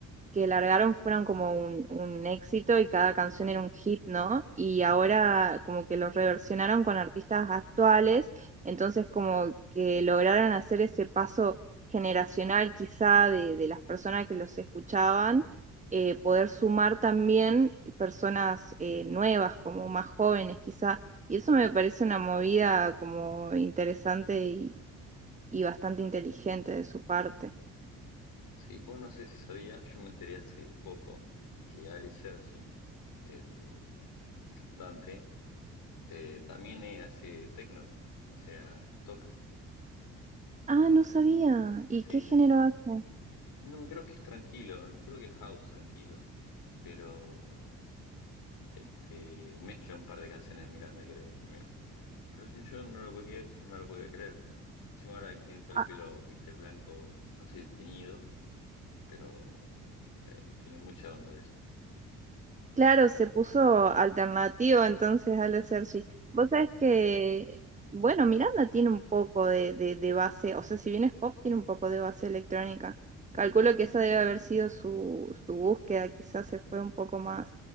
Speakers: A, on the right; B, on the left.
A: que largaron fueron como un, un éxito y cada canción era un hit, ¿no? Y ahora como que los reversionaron con artistas actuales, entonces como que lograron hacer ese paso generacional quizá de, de las personas que los escuchaban, eh, poder sumar también personas eh, nuevas, como más jóvenes quizá. Y eso me parece una movida como interesante y, y bastante inteligente de su parte.
B: Sí, vos no sé si sabías, yo me enteré hace poco que Ali Sergi, el cantante, Eh, también eh, hace techno, o sea, toca.
A: Ah, no sabía. ¿Y
B: Sí,
A: qué género
B: sí.
A: hace?
B: No, creo que es tranquilo, no creo que es house tranquilo, pero este mezcla un par de canciones de Miranda, creo también. Pero sí, yo no lo podía, no lo podía creer. Encima ahora que tiene todo
A: Ah,
B: el pelo, viste, blanco, no sé si teñido, pero eh, tiene mucha onda de eso.
A: claro, se puso alternativo entonces al Sergi. Vos sabés que, bueno, Miranda tiene un poco de, de, de base, o sea, si bien es pop, tiene un poco de base electrónica. Calculo que esa debe haber sido su, su búsqueda, quizás se fue un poco más,